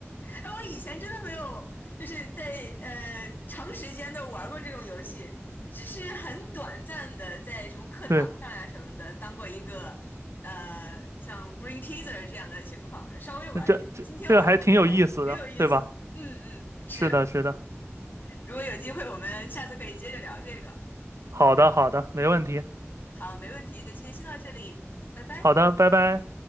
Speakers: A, on the left; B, on the right.
A: 哎，我以前真的没有，就是在呃长时间的玩过这种游戏，只是很短暂的在什么课堂上呀、
B: 对，
A: 什么的当过一个呃像 b r i n g Teaser 这样的情况，稍微玩一下。
B: 那这这这还挺有意思的，
A: 今天玩我觉得还挺有意思的。
B: 对吧？
A: 嗯嗯，是。
B: 是的，是的，
A: 如果有机会，我们下次可以接着聊这个。
B: 好的，好的，没问题，
A: 好，没问题，那今天先到这里，拜拜。
B: 好的，拜拜。